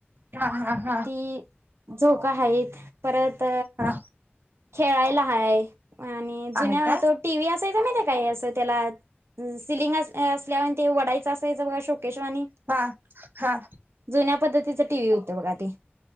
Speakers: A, on the right; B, on the right.
A: हा हा हा
B: ती झोका आहेत परत
A: हा....
B: खेळायला हाय आणि जुन्या
A: आहे काय
B: तो टी व्ही असायचा माहिती काय असं त्याला... सिलिंग असल्यावर ते वडायचं असायचं बघा शोकेशवाणी...
A: हा हा
B: जुन्या पद्धतीच टी व्ही होत बघा आ ती...